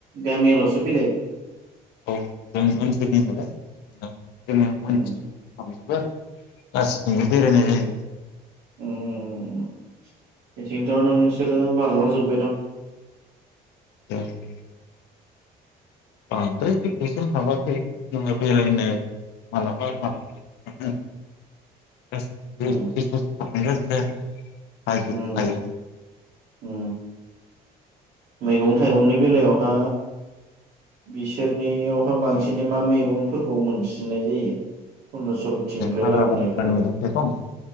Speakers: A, on the right; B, on the left.
A: गामियालसो बेलेग।
B: औ जों आनसोलनि नालाय। जोङो मोनथि
A: उम
B: हाबजोबो आरो गासिदोबो बेरायनाय जायो।
A: उम उम उम। इथिंथ नों बिसोरो बारलांजोब्बाय दां।
B: <unintelligible> बांद्राय गोथौसिम हाबाखै जोङो बेरायनो मालाबा मालाबा थांङो। <unintelligible> हानाय
A: उम
B: जादो ना जायाखै?
A: उम उम मैगं थाइगंनि बेलायावहा बिसोरनियावहा बांसिनै मा मैगंफोरखौ मोनसिननाय जायो? अरुणाचलथिंनिफ्राय
B: हाग्रा
A: लाबोनायफोरा
B: बंग्रानि मैगं थाइगं